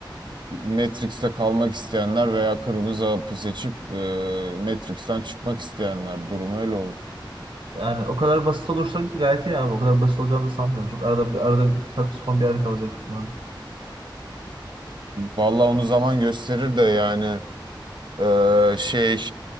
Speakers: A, on the right; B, on the right.
A: Matrix'te kalmak isteyenler veya kırmızı hapı seçip e, Matrix'ten çıkmak isteyenler durumu öyle olur.
B: Yani o kadar basit olursa gayet iyi abi. O kadar basit olacağını da sanmıyorum. Çok arada bir, arada bir saçma sapan bir yerde kalacak ihtimalle.
A: Vallahi onu zaman gösterir de yani Ee, şey